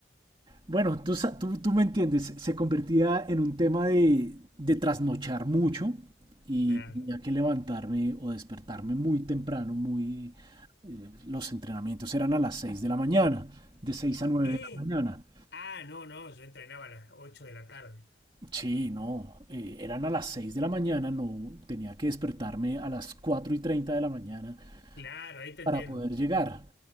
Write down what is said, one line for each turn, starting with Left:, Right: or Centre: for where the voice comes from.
Right: bueno, tú, sa- tú, tú me entiendes, se convertía en un tema de, de trasnochar mucho y
Left: <laughs> claro.
Right: tenía que levantarme o despertarme muy temprano, muy... eh, Los entrenamientos eran a las 6 de la mañana, de 6 a 9
Left: ¿Qué?
Right: de la mañana.
Left: Ah, no, no, yo entrenaba a las 8 de la tarde.
Right: Sí, no, eh, eran a las 6 de la mañana, no, tenía que despertarme a las 4 y 30 de la mañana
Left: Claro, ahí te entiendo.
Right: para poder llegar.